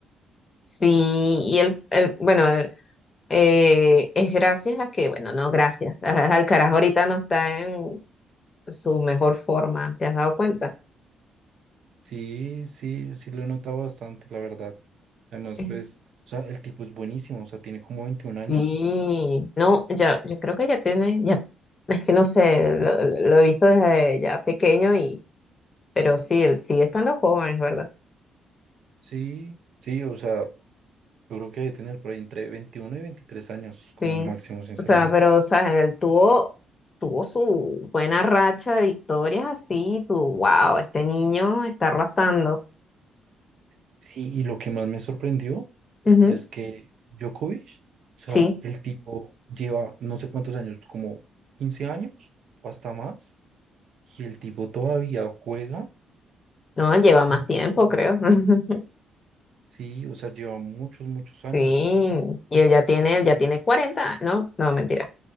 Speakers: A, on the left; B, on the right.
A: Sí, y el, el- bueno, el- eh, es gracias a que, bueno, no, gracias. <laughs> Alcaraz ahorita no está en su mejor forma, ¿te has dado cuenta?
B: Sí, sí, sí lo he notado bastante, la verdad. Además,
A: Eh,
B: pues, o sea, el tipo es buenísimo, o sea, tiene como veintiún años.
A: Sí, no, ya, yo creo que ya tiene, ya, es que no sé, lo, lo he visto desde ya pequeño y, pero sí, él sigue estando joven, es verdad.
B: Sí, sí, o sea, yo creo que debe tener por ahí entre 21 y veintitrés años como
A: Sí.
B: máximo, sinceramente.
A: O sea, pero, o sea, él tuvo, tuvo su buena racha de victorias así, tú, wow, este niño está arrasando.
B: Sí, y lo que más me sorprendió
A: Ujú,
B: es que Djokovic, o sea,
A: Sí,
B: el tipo lleva no sé cuántos años, como 15 años o hasta más Y el tipo todavía juega.
A: no, él lleva más
B: muy
A: tiempo,
B: bien.
A: creo. <laughs>
B: Sí, o sea, lleva muchos, muchos años.
A: Sí, y él ya tiene, él ya tiene 40, ¿no? No, mentira.